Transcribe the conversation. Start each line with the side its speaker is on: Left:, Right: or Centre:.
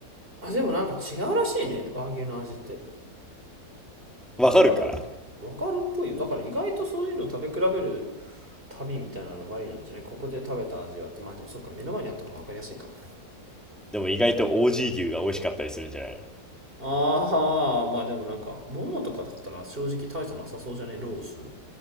Right: あ、でもなんか違うらしいね、和牛の味って。
Centre: わかるから。
Right: だから、わかるっぽいよ。だから意外とそういうのを食べ比べる旅みたいなのもありなんじゃないここで食べた味はって、まあでもそっか、目の前にあった方が分かりやすいか。
Centre: でも意外と OG 牛が美味しかったりするんじゃないの
Right: ああ、まあでもなんか、ボモとかだったら正直大差なさそうじゃねロース。